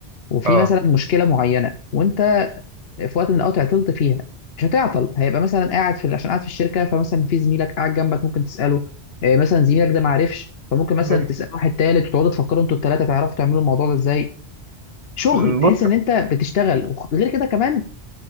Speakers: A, on the left (about 65°); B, on the right (about 35°).
A: وفي
B: اه
A: مثلا مشكله معينه وانت في وقت من الاوقات عطلت فيها مش هتعطل هيبقى مثلا قاعد في عشان قاعد في الشركه فمثلا في زميلك قاعد جنبك ممكن تساله آه، مثلا زميلك ده ما عرفش فممكن مثلا
B: بس
A: تسال واحد تالت وتقعدوا تفكروا انتوا التلاته تعرفوا تعملوا الموضوع ده ازاي شغل
B: م،
A: تحس
B: بص
A: ان انت بتشتغل وغير كده كمان